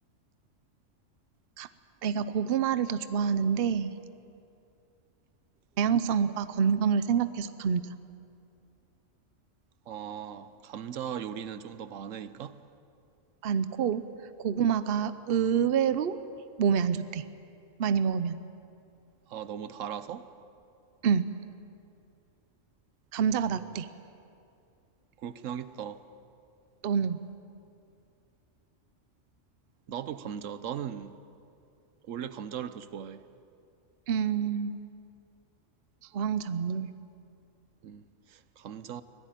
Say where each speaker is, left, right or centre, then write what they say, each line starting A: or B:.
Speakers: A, on the right (about 50°); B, on the right (about 80°).
A: 가- 내가 고구마를 더 좋아하는데, 다양성과 건강을 생각해서 감자.
B: 아, 감자 요리는 좀 더 많으니까?
A: 많고, 고구마가 의외로 몸에 안 좋대. 많이 먹으면.
B: 아, 너무 달아서?
A: 음. 감자가
B: 음,
A: 낫대.
B: 그렇긴 하겠다.
A: 너는?
B: 나도 감자. 나는 원래 감자를 더 좋아해.
A: 음, 부황작물.
B: 음, 감자,